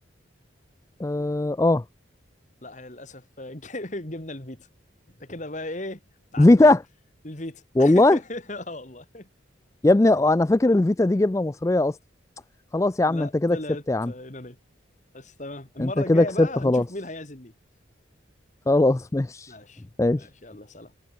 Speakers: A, on the left; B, on the left.
A: اه آه.
B: لا هي للاسف <laughs> جبنا الفيتا ده كده بقى ايه متعادلين
A: فيتا
B: الفيتا
A: والله
B: <laughs> اه والله
A: يا ابني انا فاكر الفيتا دي جبنه مصريه اصلا خلاص يا
B: لا
A: عم انت كده
B: طلعت
A: كسبت يا عم
B: يونانية بس تمام المرة
A: انت كده
B: الجاية
A: كسبت
B: بقى
A: خلاص
B: هنشوف مين هيعزل مين
A: خلاص ماشي
B: ماشي
A: ماشي
B: ماشي يلا سلام